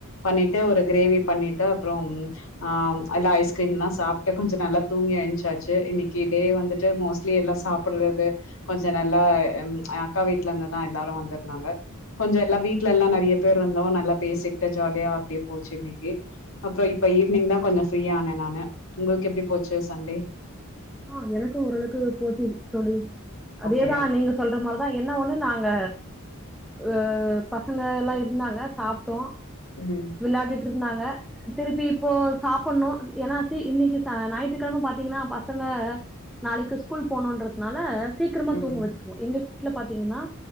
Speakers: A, on the left (about 65°); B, in the centre.
A: பண்ணிட்டு ஒரு கிரேவி பண்ணிட்டு அப்றோ ஆ அல்லா ஐஸ்கிரீம்ல்லா சாப்ட்டு கொஞ்சோ நல்லா தூங்கி எழ்ச்சாச்சு இன்னைக்கு டே வந்துட்டு மோஸ்ட்லி எல்லா சாப்டுறது கொஞ்ச நல்லா அக்கா வீட்ல இருந்துதா எல்லாரு வந்திருந்தாங்க கொஞ்ச எல்லா வீட்ல எல்லா நெறய பேர் இருந்தோ நல்லா பேசிக்கிட்ட ஜாலியா அப்டியே போச்சு இன்னைக்கு அப்றோ இப்ப ஈவினிங் தா கொஞ்ச ஃப்ரீயா ஆனே நானு உங்களுக்கு எப்டி போச்சு சண்டே
B: ஆ எனக்கு ஓரளவுக்கு போச்சு தோழி அதேதா
A: ஓகே
B: நீங்க சொல்ற மாரிதா என்ன ஒன்னு நாங்க அ பசங்க எல்லா இருந்தாங்க சாப்ட்டோ
A: உம்
B: விளாடிட்டு இருந்தாங்க திருப்பி இப்போ சாப்டனு ஏன்னா இன்னக்கி ஞாயித்துக்கெழம பாத்தீங்கனா பச பசங்க நாளைக்கு ஸ்கூல் போணும்ன்றதுனால சீக்கிரமா
A: ம்
B: தூங்க வச்சிருவோ எங்களு வீட்ல பாத்தீங்னா